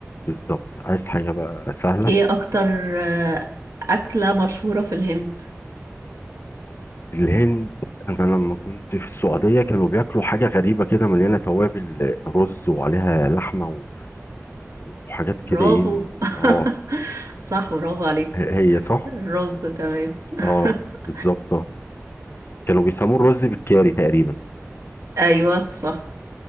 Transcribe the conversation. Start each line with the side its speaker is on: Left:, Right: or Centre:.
Left: بالظبط عايز حاجة بقى سهلة
Right: ايه اكتر آه، اكلة مشهورة في الهند
Left: الهند انا لما كنت في السعودية كانوا بياكلوا حاجة غريبة كده مليانة توابل آه، رز وعليها لحمة و- وحاجات كده
Right: برافو
Left: ايه م-
Right: <laughs>
Left: اه
Right: صح برافو عليك
Left: فهي صح
Right: الرز تمام <laughs>
Left: اه بالظبط كانوا بيسموه الرز بالكاري تقريبا
Right: ايوه صح